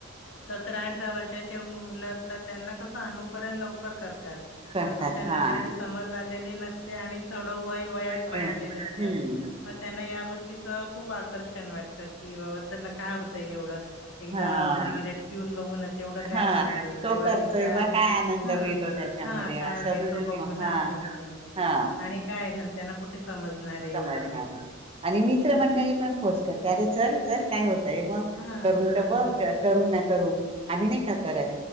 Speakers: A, on the left; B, on the right.
A: सतरा अठरा वर्षाचे मुलं असतात त्यांना कसं अनुकरण लवकर करतात.
B: करतात
A: अजून त्यांना
B: हा
A: तेवढी समज आलेली नसते आणि थोड वय वयात
B: होय
A: पण आलेले असते.
B: हम्म
A: मग त्यांना या गोष्टीच खूप आकर्षण वाटतं की बाबा त्यांना काय होतंय एवढं एकदा
B: हा
A: सिगरेट पिऊन बघून तेवढं काय
B: हा
A: होणार आहे किंवा
B: तो करतोय
A: एकदा
B: बा काय आनंद
A: हा
B: मिळतो त्याच्यामध्ये
A: हा काय
B: असं
A: मिळतो
B: म्हणून
A: बघू
B: मग
A: ना
B: हा
A: आपण पण
B: हा
A: आणि काय घरच्यांना कुठे समजणार. आहे
B: समजणार
A: एवढं.
B: आणि मित्र मंडळी पण फोर्स करते अरे चल चल काय होतय मग.
A: हा
B: करून तर
A: बरोबर
B: बघ करू ना करू आम्ही नाही का करत